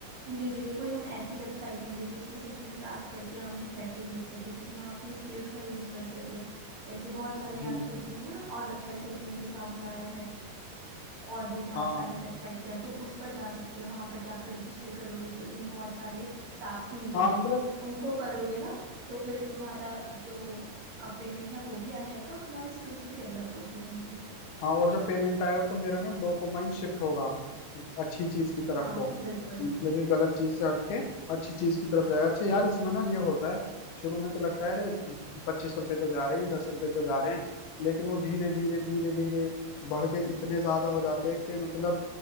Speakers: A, on the right (about 60°); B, on the left (about 80°).
A: धीरे धीरे कोई हम ऐसी वेबसाइट ढूंढे जिसमें सच में टास्क करके हमें पैसे मिल सके जिसमें हम अपनी स्किल्स का यूज कर सकें जैसे बहुत सारी
B: हम्म,
A: एप्स होती है ना और वेबसाइट्स होती हैं जैसे आउटलायर है और भी बहुत
B: हाँ
A: सारी वेबसाइट्स हैं तुम उस पर जा सकते हो वहां पर जाकर रजिस्टर करोगे तो तुम बहुत सारे टास्क मिलेंगे
B: हाँ मतलब
A: उनको करोगे ना तो फिर तुम्हारा जो पेमेंट है वो भी आ जाएगा और तुम्हारी स्किल्स भी डेवलप होती रहेंगी
B: हाँ और जब पेमेंट आएगा तो मेरा ना डोपामाइन शिफ्ट होगा अच्छी चीज की तरफ
A: हाँ
B: को
A: बिल्कुल
B: मतलब ये गलत चीज से हटके अच्छी चीज की तरफ जाएगा अच्छा यार इसमें ना ये होता है शुरू में तो लगता है अरे पच्चीस रुपए तो जा रहे हैं दस रुपए तो जा रहे हैं लेकिन वो धीरे धीरे धीरे धीरे बढ़ के इतने ज्यादा हो जाते हैं कि मतलब